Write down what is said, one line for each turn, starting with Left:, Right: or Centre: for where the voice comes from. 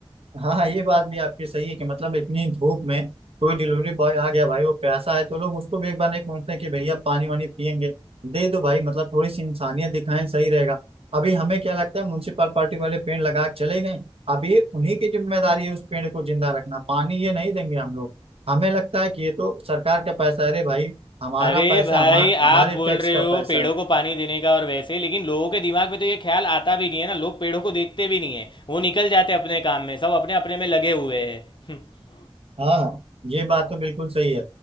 Right: हाँ हाँ ये बात भी आपकी सही है कि मतलब इतनी धूप में कोई डिलीवरी बॉय आ गया भाई वो प्यासा है तो लोग उसको भी एक बार नहीं पूछते कि भैया पानी वानी पियेंगे दे दो भाई मतलब थोड़ी सी इंसानियत दिखाएं सही रहेगा अभी हमें क्या लगता है म्यूनसिपल पार्टी वाले पेड़ लगा के चले गए अब ये उन्हीं की जिम्मेदारी है उस पेड़ को जिंदा रखना पानी ये नहीं देंगे हम लोग हमें लगता है कि ये तो सरकार का पैसा है अरे भाई हमारा
Left: अरे
Right: पैसा
Left: भाई
Right: हमा, हमारे
Left: आप बोल
Right: टैक्स
Left: रहे
Right: का
Left: हो
Right: पैसा
Left: पेड़ों
Right: है
Left: को पानी देने का और वैसे लेकिन लोगों के दिमाग में तो ये ख्याल आता भी नहीं है ना लोग पेड़ों को देखते भी नहीं है वो निकल जाते अपने काम में सब अपने अपने में लगे हुए हैं <laughs>
Right: हाँ हाँ, ये बात तो बिल्कुल सही है